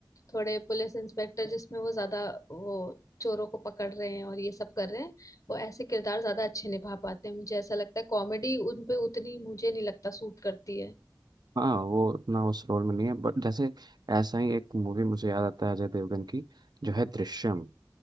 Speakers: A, on the left; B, on the right.
A: थोड़े पुलिस इंस्पेक्टर जिसमें वो ज्यादा वो चोरों को पकड़ रहे हैं और ये सब कर रहे हैं वो ऐसे किरदार ज्यादा अच्छे निभा पाते हैं मुझे ऐसा लगता है कॉमेडी उन पे उतनी मुझे नहीं लगता सूट करती है
B: हाँ वो उतना उस रोल में नहीं है बट जैसे ऐसा ही एक मूवी मुझे याद आता है अजय देवगन की जो है दृश्यम